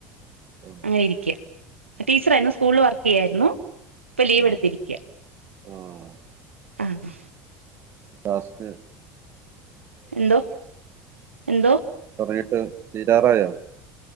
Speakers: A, on the right (about 35°); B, on the right (about 75°).
A: ആഹ്
B: അങ്ങനെ ഇരിക്ക ടീച്ചറായിരുന്നു സ്കൂളിൽ വർക്ക് ചെയ്യായിരുന്നു ഇപ്പൊ ലീവ്
A: ആഹ്
B: എടുത്തിരിക്കുക
A: ആഹ്
B: ആഹ്
A: ക്ലാസ്സിൽ
B: എന്തോ എന്തോ
A: കൊറെയൊക്കെ തീരാറായോ